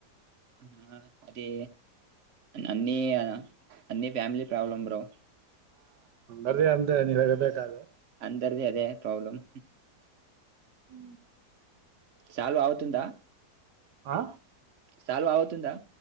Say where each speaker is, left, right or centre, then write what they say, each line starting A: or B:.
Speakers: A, on the right; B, on the right.
A: ఆ అరే అన్ని అన్ని ఫ్యామిలీ ప్రాబ్లమ్ బో
B: అదే అంత అదే నవే టాలో
A: ఇద్దది అదే ప్రాబ్లమ్
B: ఉ
A: చాలు అవుతుందా
B: ఆ
A: సాలు అవుతుందా